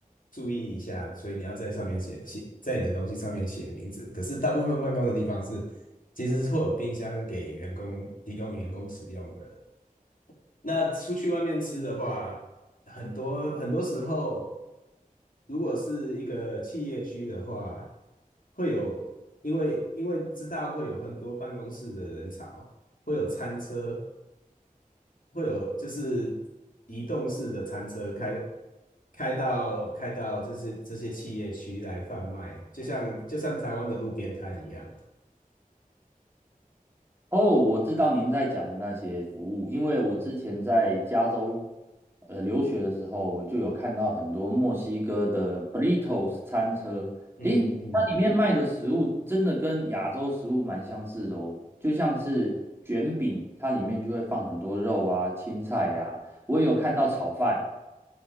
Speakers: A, on the left (about 70°); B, on the right (about 15°).
A: 注意一下，所以你要在上面写写，在你的东西上面写名字。可是大部分办公的地方是，其实是会有冰箱给员工提供员工使用的。那出去外面吃的话，很多很多时候，如果是一个企业区的话，会有，因为因为知道会有很多办公室的人潮，会有餐车，会有就是移动式的餐车开开到开到就是这些企业区来贩卖，就像就像台湾的路边摊一样。
B: 哦，我知道您在讲的那些服务，因为我之前在加州呃留学的时候，我就有看到很多墨西哥的 burritos 餐车，
A: 嗯嗯。
B: 诶，它里面卖的食物真的跟亚洲食物蛮相似的哦，就像是卷饼，它里面就会放很多肉啊、青菜呀、我也有看到炒饭，